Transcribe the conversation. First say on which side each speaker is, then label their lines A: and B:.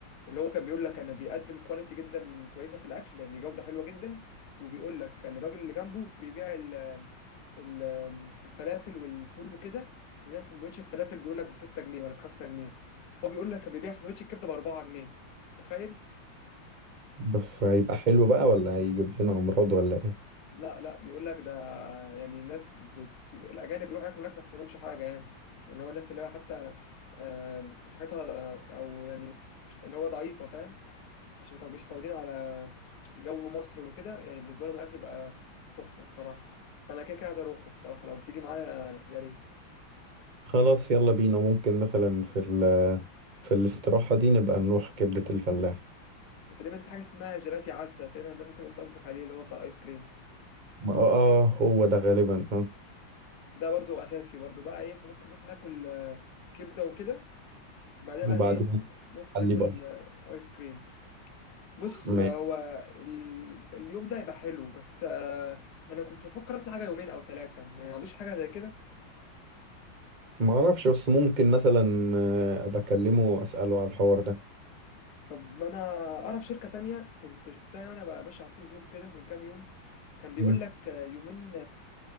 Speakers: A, on the left; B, on the right.
A: اللي هو كان بيقول لك انا بيقدم كواليتي جدا كويسه في الاكل يعني جوده حلوه جدا وبيقول لك كان الراجل اللي جنبه بيبيع ال ال الفلافل والفول وكده كان بيبيع سندوتش الفلافل بيقول لك ب 6 جنيه ولا ب 5 جنيه هو بيقول لك كان بيبيع سندوتش الكبده ب 4 جنيه تخيل
B: بس هيبقى حلو بقى ولا هيجيب لنا امراض ولا ايه
A: لا لا بيقول لك ده يعني الناس بت... الاجانب بيروحوا ياكلوا هناك ما يحصلهمش حاجه يعني اللي هو الناس اللي هي حتى آم، صحتها آه، او يعني اللي هو ضعيفه فاهم عشان متعو- مش متعودين على جو مصر وكده يعني بالنسبة لهم الأكل بقى تحفة الصراحة فأنا كده كده عايز أروحه الصراحة لو تيجي معايا يا ريت
B: خلاص يلا بينا ممكن مثلا في ال في الاستراحة دي نبقى نروح كبدة الفلاح
A: وتقريبا في حاجة اسمها جيلاتي عزة تقريبا ده ممكن أنت قصدك عليه اللي هو بتاع الآيس كريم
B: ما- اه آه، هو ده غالبا اه
A: ده برضو أساسي برضو بقى إيه إحنا ممكن نروح ناكل آه، كبدة وكده بعدها
B: وبعدين
A: بقى إيه نروح ناكل
B: علي بايظ
A: آه، آيس كريم بص
B: ما
A: آه، هو ال... اليوم ده هيبقى حلو بس آه، أنا كنت بفكر أطلع حاجة يومين أو ثلاثة ما عندوش حاجة زي كده
B: ما اعرفش بس ممكن مثلا آه، ابقى اكلمه واساله على الحوار ده
A: طب ما انا اعرف شركة تانية كنت شفتها وانا بقى ماشي على الفيسبوك كده من كام يوم كان بيقول
B: مم.
A: لك آه، يومين